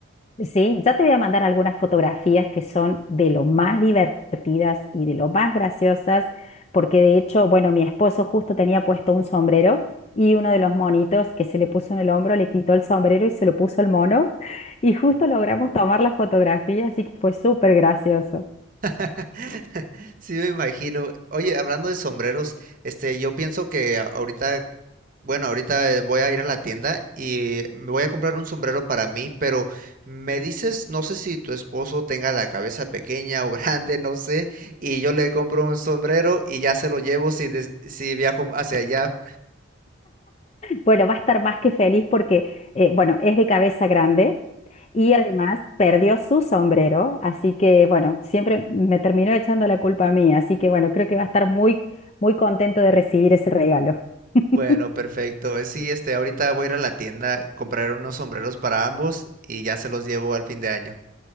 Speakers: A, on the left; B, on the right.
A: Sí, ya te voy a mandar algunas fotografías que son de lo más divertidas y de lo más graciosas, porque de hecho, bueno, mi esposo justo tenía puesto un sombrero y uno de los monitos que se le puso en el hombro le quitó el sombrero y se lo puso el mono y justo logramos tomar la fotografía, así que fue súper gracioso.
B: <laughs> Sí, me imagino. Oye, hablando de sombreros, este, yo pienso que a- ahorita Bueno, ahorita eh, voy a ir a la tienda y me voy a comprar un sombrero para mí, pero me dices, no sé si tu esposo tenga la cabeza pequeña o <laughs> grande, no sé, y yo le compro un sombrero y ya se lo llevo si, des- si viajo hacia allá.
A: Bueno, va a estar más que feliz porque, eh, bueno, es de cabeza grande y además perdió su sombrero, así que, bueno, siempre me terminó echando la culpa a mí, así que, bueno, creo que va a estar muy, muy contento de recibir ese regalo. <laughs>
B: Bueno, perfecto. Eh, Sí, este, ahorita voy a ir a la tienda, comprar unos sombreros para ambos y ya se los llevo al fin de año.